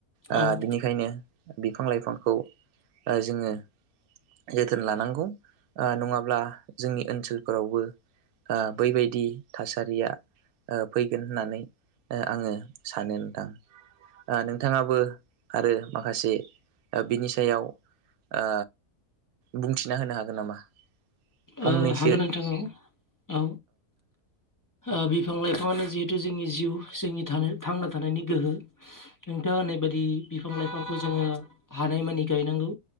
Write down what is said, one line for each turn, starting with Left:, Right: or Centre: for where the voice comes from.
Right: आ
Left: औ उम
Right: बिनिखायनो बिफां-लाइफांखौ ओ जोङो जोथोन लानांगौ ओ नङाब्ला जोंनि ओनसोलफोरावबो ओ बैबायदि थासा- रिया ओ फैगोन होननानै ओ आङो सानो नोंथां। ओ नोंथाङाबो आरो माखासे बिनि आ सायाव ओ बुंथिना होनो हागोन नामा? फंनैसो
Left: औ हागोन नोंथां औ औ बिफां-लाइफाङानो जिहेथु जोंनि जिउ जोंनि थांना थानायनि गोहो नोंथाङा होननाय बायदि बिफां-लाइफांखौ जोङो हानाय मानि गायनांगौ।